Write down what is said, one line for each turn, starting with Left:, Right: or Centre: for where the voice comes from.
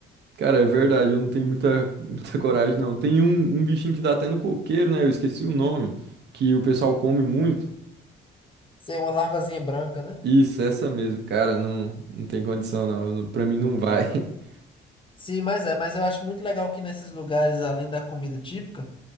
Right: Cara, é verdade, eu não tenho muita, muita coragem, não. Tem um, um bichinho que dá até no coqueiro, né? Eu esqueci o nome, que o pessoal come muito.
Left: Sem uma larvazinha branca, né?
Right: Isso, essa mesmo. Cara, não, não tem condição, não. Eu não- Pra mim não vai. <laughs>
Left: Sim, mas é, mas eu acho muito legal que nesses lugares, além da comida típica.